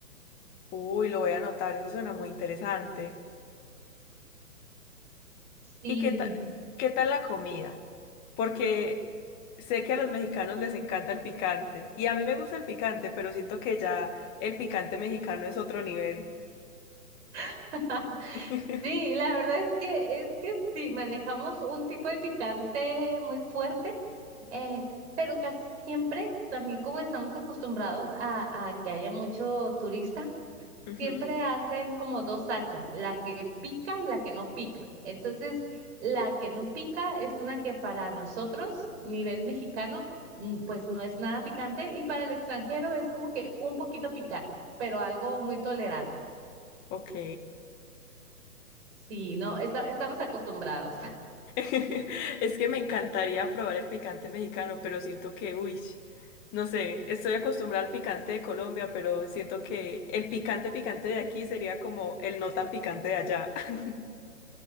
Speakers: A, on the left (about 20°); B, on the right (about 45°).
A: Uy, lo voy a anotar, ese suena muy interesante.
B: Sí.
A: ¿Y qué tal, qué tal la comida? Porque sé que a los mexicanos les encanta el picante y a mí me gusta el picante, pero siento que ya el picante mexicano es otro nivel.
B: <laughs>
A: <laughs>
B: Sí, la verdad es que es que sí, manejamos un tipo de picante muy fuerte, eh, pero casi siempre también como estamos acostumbrados a, a que haya mucho turista,
A: Ujú,
B: siempre hacen como dos salsas, la que pica y la que no pica. Entonces, la que no pica es una que para nosotros, nivel mexicano, mm, pues no es nada picante y para el extranjero es como que un poquito picante, pero algo muy tolerable.
A: Ok.
B: Sí, no, esta- estamos acostumbrados. <laughs>
A: <laughs> Es que me encantaría probar el picante mexicano, pero siento que, uy, no sé, estoy acostumbrada al picante de Colombia, pero siento que el picante picante de aquí sería como el no tan picante de allá. <laughs>